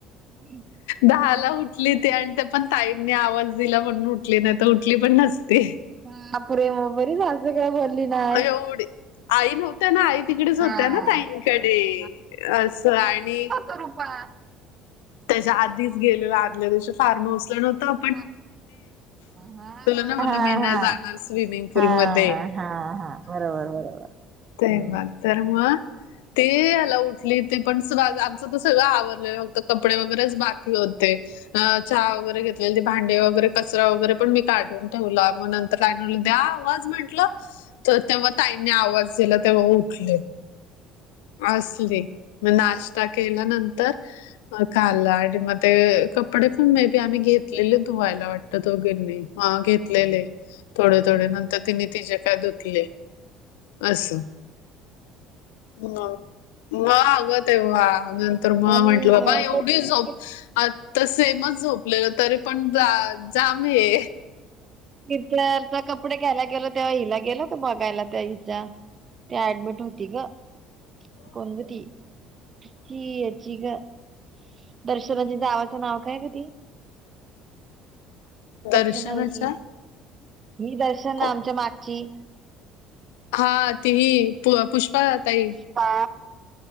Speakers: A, on the right; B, on the left.
A: हम्म.
B: दहाला उठली ती आणि त्या पण ताईंनी आवाज दिला म्हणून उठली नाही तर उठली पण नस ती.
A: बापरे! मग बरी सासू बोलली नाही.
B: एवढी आई नव्हत्या ना आई तिकडेच
A: हा
B: होत्या ना ताईंकडे
A: बरोबर
B: असं आणि
A: कृपा
B: त्याच्या आधीच गेलेलो आदल्या दिवशी फार्म हाऊसला नव्हतो
A: हां हां
B: ना
A: हां हां
B: म्हणलं मी नाही
A: हां
B: जाणार स्विमिंग पूल
A: हां
B: मध्ये
A: हां हां हां. बरोबर बरोबर. हम्म.
B: तेव्हाच तर मग ते हयाला उठले ते पण आमचं तर सगळं आवरलेल. कपडे वगैरेच बाकी होते चहा वगैरे घेतलेले ते भांडे वगैरे कचरा वगैरे पण मी काढून ठेवला मग नंतर द्या आवाज म्हंटलं तर तेव्हा ताईंने आवाज दिला तेव्हा उठले. असली मग नाश्ता केला नंतर खाल्लं आणि मग ते कपडे पण मे बी आम्ही घेतलेले धुवायला वाटतं. त्या दोघींनी हा घेतलेले थोडे थोडे नंतर तिने तिचे काय धुतले असं मग मग अगं तेव्हा तर मग
A: आम्ही
B: म्हंटलं बाबा एवढी
A: कधी बघितलं.
B: झोप तर सेमच झोपलेलो तरी पण जा जाम हे
A: तिथनं कपडे घ्यायला गेलो तर तेव्हा हिला गेला होतो बघायला त्या हिच्या ते ऍडमिट होती ग. कोण गं ती ती हयाची गं दर्शनाच्या जावंच नाव काय ग ती?
B: दर्शनाच्या
A: दर्शना ही दर्शना
B: कोण?
A: आमच्या मागची
B: हा ति ही पुष्पा ताई.
A: पुष्पा